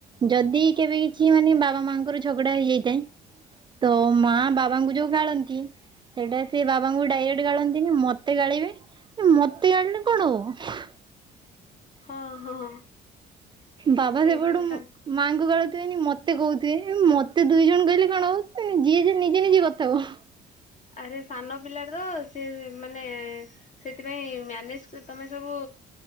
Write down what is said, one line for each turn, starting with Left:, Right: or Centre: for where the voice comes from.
Right: ଯଦି କେବେ କିଛି ମାନେ ବାବା ମାଙ୍କର ଝଗଡା ହେଇଯାଇଥାଏ ତ ମା, ବାବାଙ୍କୁ ଯୋଉ ଗାଳନ୍ତି ସେଇଟା ସେ ବାବାଙ୍କୁ ଡାଇରେକ୍ଟ ଗାଳନ୍ତିନି, ମତେ ଗାଳିବେ ମତେ ମତେ ଗାଳିଲେ କଣ ହବ?
Left: ହଁ, ହଁ, ହଁ।
Right: ବାବା
Left: ହଁ ସିଏ
Right: ସେପଟୁ
Left: ମାନେ
Right: ମୁଁ
Left: ତାଙ୍କ
Right: ମାଆଙ୍କୁ ଗାଳୁଥିବେନି ମତେ କହୁଥିବେ, ମତେ ଦୁଇ ଜଣ କହିଲେ କଣ ହବ, ଯିଏ ଯେ ନିଜେ ନିଜେ କଥା ହୁଅ।
Left: ଆରେ ସାନ ପିଲାଟେ ତ, ସେ ମାନେ ସେଥିପାଇଁ ମ୍ୟାନେଜ୍ ସେ ତମେ ସବୁ